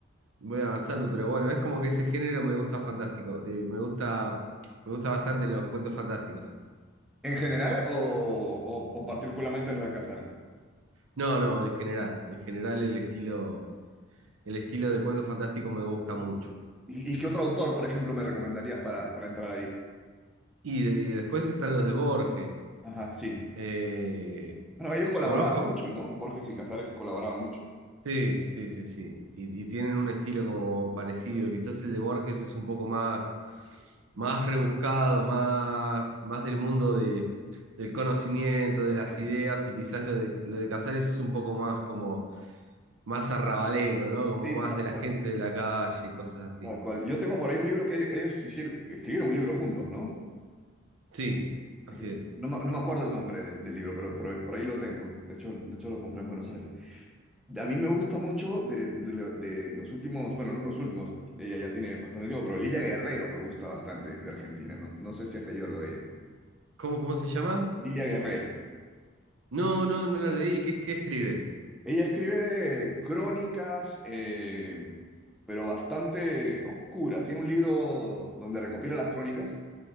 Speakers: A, on the right; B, in the centre.
A: voy avanzando, pero bueno, es como que ese género me gusta fantástico. eh, me gusta, me gusta bastante los cuentos fantásticos.
B: ¿En general o, o- o particularmente los de Casares?
A: No, no, en general. En general el estilo, el estilo de cuento fantástico me gusta mucho.
B: ¿Y, y qué otro autor, por ejemplo, me recomendarías para, para entrar ahí?
A: Y, de- y después están los de Borges.
B: Ajá, sí.
A: eh,
B: Bueno, ellos colaboraban
A: conozco.
B: mucho, ¿no? Borges y Casares colaboraban mucho.
A: Sí, sí, sí, sí. Y, y tienen un estilo como parecido. Quizás el de Borges es un poco más, más rebuscado, más, más del mundo de, del conocimiento, de las
B: Sí,
A: ideas, y quizás lo de, lo de Casares es un poco más como más arrabalero, ¿no? Como
B: sí,
A: más
B: tal
A: de la
B: cual.
A: gente de la calle y cosas así.
B: Tal cual. Yo tengo por ahí un libro que ellos hicieron, escribieron un libro juntos, ¿no?
A: Sí, así
B: Es que
A: es.
B: No, me no me acuerdo el nombre de- del libro, pero, pero por ahí lo tengo. De hecho, de hecho, lo compré en Buenos Aires. A mí me gusta mucho de, de lo- de los últimos, bueno, no los últimos, ella ya tiene bastante tiempo, pero Lilia Guerrero me gusta bastante de Argentina, ¿no? No sé si has leído lo de ella.
A: ¿Cómo, cómo se llama?
B: Lilia Guerrero.
A: No, no, no la leí. ¿Qué, qué escribe?
B: Ella escribe crónicas, eh, pero bastante oscuras. Tiene un libro donde recopila las crónicas.